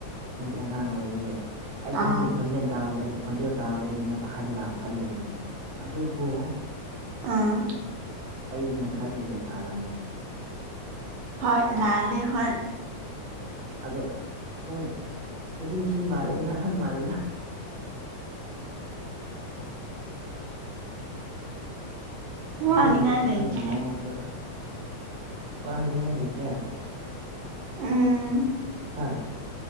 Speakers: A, on the right; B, on the right.
A: ꯑꯩꯗꯤ ꯑꯉꯥꯡ ꯑꯣꯏꯕꯒꯤ ꯑꯩꯗꯤ
B: ꯑꯥ
A: ꯅꯪꯒꯤ ꯈꯣꯟꯖꯦꯜ ꯇꯥꯕꯗ ꯑꯩ ꯈꯣꯟꯖꯦꯜ ꯇꯥꯕꯗ ꯑꯩꯗꯤ ꯅꯪꯍꯜ ꯈꯜꯂꯨꯕꯅꯦ ꯑꯗꯨꯕꯨ
B: ꯑꯥ
A: ꯑꯩꯒꯤꯅ ꯈꯜꯂꯤꯁꯦ ꯂꯥꯜꯂꯝꯃꯦ
B: ꯍꯣꯏ ꯂꯥꯜꯂꯦ ꯍꯣꯏ
A: ꯑꯗꯣ ꯅꯪ ꯅꯆꯤꯟꯊꯤ ꯃꯥꯜꯂꯦꯗ ꯅꯪ ꯑꯍꯟ ꯃꯥꯜꯂꯦꯗ ꯑꯁꯦꯡꯕꯩ
B: ꯋꯥꯅꯤꯡꯉꯥꯏ
A: ꯅꯪ
B: ꯂꯩꯇꯦ
A: ꯅꯪ ꯉꯁꯥꯏ ꯍꯥꯏꯕꯗꯣ ꯋꯥ ꯍꯥꯏꯅꯤꯡꯉꯥꯏ ꯂꯩꯇ꯭ꯔꯦ
B: ꯎꯝ
A: ꯍꯥ